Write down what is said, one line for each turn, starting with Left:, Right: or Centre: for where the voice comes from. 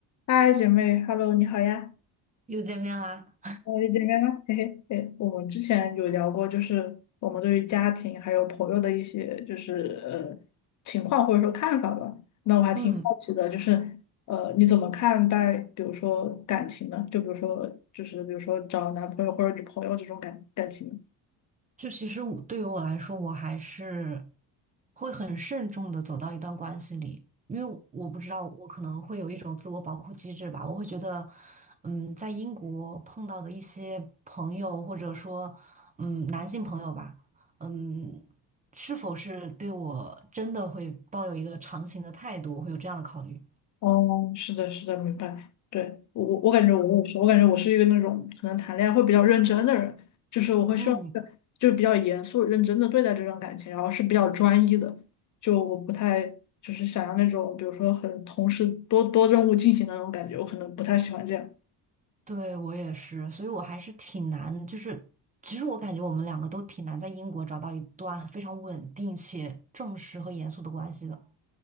Left: 嗨，姐妹，Hello，你好呀，
Right: 又见面啦。
Left: 我是姐妹吗？嘿嘿，嘿，我们之前有聊过，就是我们对于家庭还有朋友的一些，就是呃情况或者说看法吧。那我还挺好奇的，
Right: 嗯，
Left: 就是呃你怎么看待，比如说感情呢？就比如说，就是比如说找男朋友或者女朋友这种感感情呢？
Right: 就其实我对于我来说，我还是会很慎重的走到一段关系里，因为我我不知道，我可能会有一种自我保护机制吧。我会觉得，嗯，在英国碰到的一些朋友，或者说，嗯，男性朋友吧，嗯，是否是对我真的会抱有一个长情的态度，我会有这样的考虑。
Left: 哦，是的，是的，明白。对，我我我感觉我也是，我感觉我是一个那种可能谈恋爱会比较认真的人，就是我会希望是就是比较严肃认真的对待这段感情，
Right: 嗯。
Left: 然后是比较专一的，就我不太就是想要那种比如说很同时多多任务进行的那种感觉，我可能不太喜欢这样。
Right: 对，我也是，所以我还是挺难，就是其实我感觉我们两个都挺难在英国找到一段非常稳定且正式和严肃的关系的。